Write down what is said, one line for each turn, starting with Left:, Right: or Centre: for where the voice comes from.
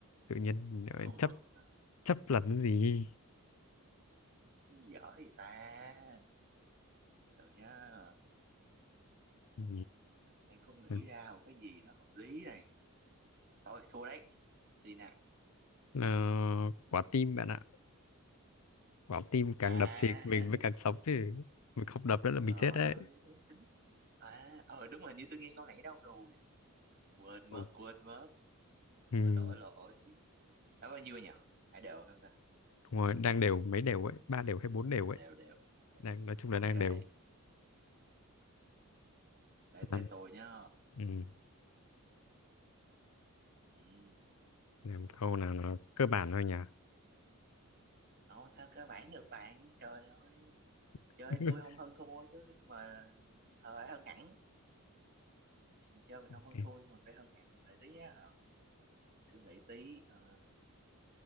Left: tự nhiên lại
Right: con
Left: chấp
Right: vật hả?
Left: chấp là cái gì
Right: dở gì ta từ nhá
Left: ừ.
Right: đang không nghĩ
Left: nào.
Right: ra một cái gì nó hợp lý này thôi thua đấy xin nào
Left: Ờ, quả tim bạn ạ quả tim càng
Right: à
Left: đập thì mình mới càng sống chứ mình không đập
Right: <laughs>
Left: nữa là
Right: ờ
Left: mình chết đấy
Right: tính à ờ đúng rồi như tôi nghe câu nãy đâu rồi quên
Left: ừ.
Right: mất quên mất
Left: Ừ.
Right: lỗi lỗi lỗi đã bao nhiêu nhỉ hai đều không ta
Left: Đúng rồi đang đều mấy đều ấy ba đều hay bốn đều ấy
Right: đều đều ok
Left: đang nói chung là đang
Right: Ok.
Left: đều
Right: thế
Left: làm
Right: tới tôi nhá
Left: ừ.
Right: ừ.
Left: làm câu nào nó cơ bản thôi nhỉ
Right: Đang- sao cơ bản được bạn trời ơi chơi
Left: <laughs>
Right: tôi không hơn thua chứ nhưng mà ờ, phải hơn hẳn mình chơi mình
Left: Ok.
Right: không hơn thua nhưng mà phải hơn hẳn để tí á suy nghĩ tí ờ,